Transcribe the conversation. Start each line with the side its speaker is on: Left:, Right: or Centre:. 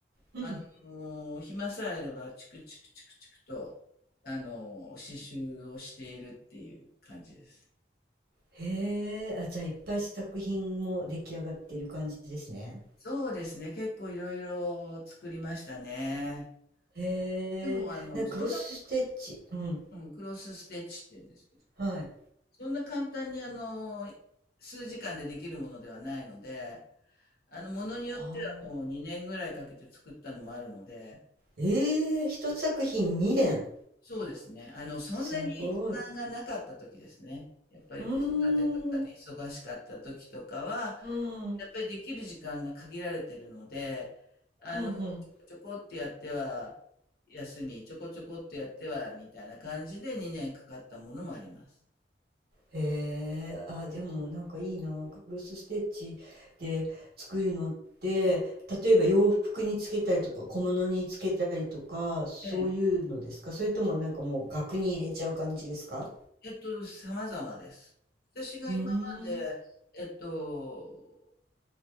Right: うん。
Left: あのー暇さえあれば、チクチクチクチクと、あのー刺繍をしているっていう感じです。
Right: へえ。あ、じゃあいっぱい作品も出来上がっている感じですね。
Left: そうですね。結構いろいろ作りましたね。
Right: へえ。
Left: でも、あの、
Right: な、クロスステッチ。
Left: そんな、
Right: うん。
Left: うんクロスステッチって言うんですけど、
Right: はい。
Left: そんな簡単に、あのー数時間でできるものではないので、あの、ものによってはもう2年ぐらいかけて作ったのもあるので、
Right: はあ。ええ、一作品二連。
Left: そうですね。あの、そんなに暇がなかった時ですね。
Right: すごい。
Left: やっぱり子育てとかで忙しかった時とかは、
Right: うーん。うん。うん
Left: やっぱりできる時間が限られてるので、あの、
Right: うん
Left: ちょこちょこってやっては休み、ちょこちょこってやってはみたいな感じで2年かかったものもあります。
Right: へえ、あ、でもなんかいいな、クロスステッチで作るのって、例えば洋服につけたりとか小物につけたりとか、そういうのですかそれともなんかもう額に入れちゃう感じですか
Left: ええ、えっと、様々です。私が今まで、
Right: うーん、
Left: えっと、